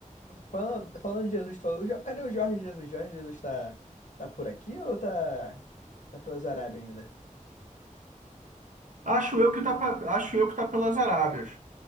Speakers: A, on the left (about 65°); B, on the right (about 70°).
A: Falando, falando de Jesus, tu falou, "Jo- cadê o Jorge Jesus? Jorge Jesus tá, tá por aqui ou tá, tá pelas Arábias ainda?
B: Acho eu que tá, pra- acho eu que tá pelas Arábias.